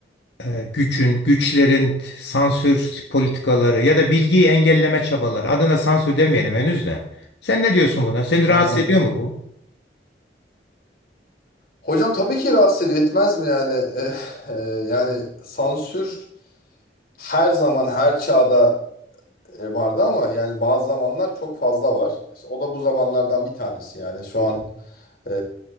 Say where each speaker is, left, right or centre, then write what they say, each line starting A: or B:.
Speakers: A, on the left (about 80°); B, on the left (about 55°).
A: e, gücün, güçlerin sansür politikaları ya da bilgiyi engelleme çabaları. Adına sansür demeyelim henüz de. Sen ne diyorsun buna? Seni
B: Hı
A: rahatsız
B: hı.
A: ediyor mu bu?
B: Hocam tabii ki rahatsız ediyor. Etmez mi yani? Eh, eh, yani sansür her zaman her çağda e, vardı ama yani bazı zamanlar çok fazla var. İşte o da bu zamanlardan bir tanesi yani şu an e,